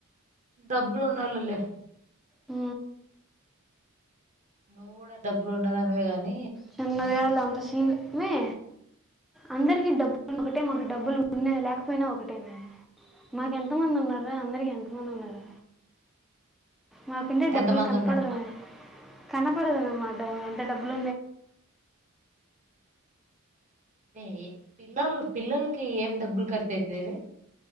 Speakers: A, on the right; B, in the centre.
A: డబ్బులు వున్నోలె
B: ఆ
A: నువ్వు కూడా డబ్బులు ఉన్నద అనివే గాని
B: చిన్నద అంత సీన్ ఇవే అందరికి డబ్బులు ఒకటే మటి డబ్బులు ఉన్నా లేకపోయినా ఒకటేమే మాక ఎంత మంది ఉన్నారు అందరికి ఎంత మంది ఉన్నారు మాకుందే
A: ఎంత
B: డబ్బులు
A: మంది
B: కనపడలేదు
A: ఉన్నారు
B: కనపడదనే మాట ఎంత డబుల్
A: ఏ పిల్లలు పిల్లలకి ఏం డబ్బులు ఖర్చు అయితాయి వే